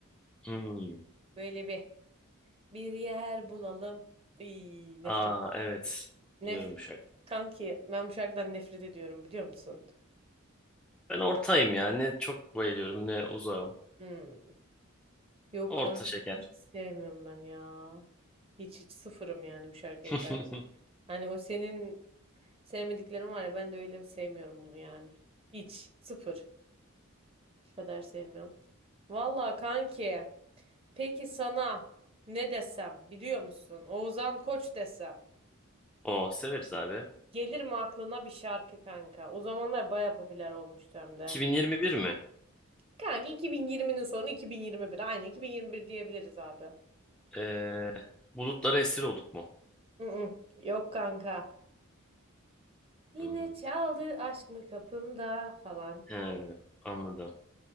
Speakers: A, in the centre; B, on the right.
A: Hmm.
B: Böyle bir bir yer bulalım. İy, nefret.
A: Aa evet.
B: Nef
A: Biliyorum bu şarkıyı.
B: kanki ben bu şarkıdan nefret ediyorum biliyor musun?
A: Ben ortayım ya. Ne çok bayılıyorum ne uzağım.
B: Hmm. Yok
A: Orta
B: kanki
A: şeker.
B: hiç sevmiyorum ben ya. Hiç hiç sıfırım yani bu şarkıya
A: <laughs>
B: karşı. Hani o senin sevmediklerin var ya ben de öyle sevmiyorum bunu yani. Hiç sıfır. Bu kadar sevmiyorum. Valla kanki. Peki sana ne desem biliyor musun? Oğuzhan Koç desem.
A: O severiz abi.
B: Gelir mi aklına bir şarkı kanka? O zamanlar baya popüler olmuştu hem de.
A: 2021 mi?
B: Kanka 2020'nin sonu 2021. Aynı 2021 diyebiliriz abi.
A: Ee, bulutlara esir olduk mu?
B: Mm-mm. Yok kanka. Yine
A: Hmm.
B: çaldı aşk mı kapımda falan.
A: He, anladım.